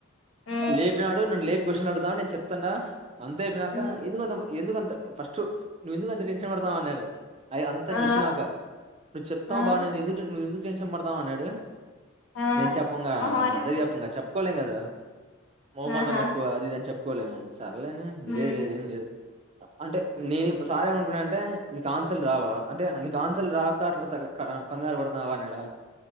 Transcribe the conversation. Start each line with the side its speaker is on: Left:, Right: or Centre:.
Left: మ్
Right: లేపీనాడు నన్ను లేపు క్వశ్చన్లు అడుగుతున్నాడు నేను చెప్తాన్నా అంతే కా ఇంకా
Left: మ్
Right: ఎందుకుంత ఎందుకుంత ఫస్ట్ నువ్వు ఎందుకు అంత టెన్షన్ పడతాం అన్నాడు అయి అంతా
Left: ఆ
Right: చెప్పినాక నువ్వు చెప్తావు
Left: ఆ
Right: బాగానేది ఎందుకు నువ్వు ఎందుకు టన్షన్ పడతావు అన్నాడు
Left: ఆ
Right: నేను చెప్పంగా
Left: మొహమాటం
Right: నేను అందరి చెప్పంగా చెప్పుకోలేం కదా మోహమాటం
Left: ఆహా
Right: ఎక్కువ అది ఇది అని చెప్ చెప్పుకోలేం సరేలే
Left: మ్
Right: లేదు లేదు ఏం లేదు అంటే నేనేం సారేం అనుకున్నాడంటే నీకు ఆన్సర్లు రావ అంటే నీకు ఆన్సర్లు రాక అట్ల తక కంగారు పడుతున్నావా అన్నాడ